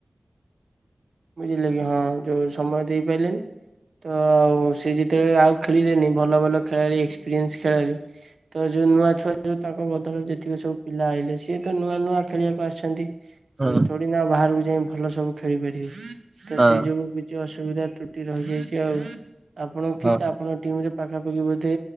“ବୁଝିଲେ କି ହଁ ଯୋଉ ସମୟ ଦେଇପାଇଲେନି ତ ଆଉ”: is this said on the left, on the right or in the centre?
Right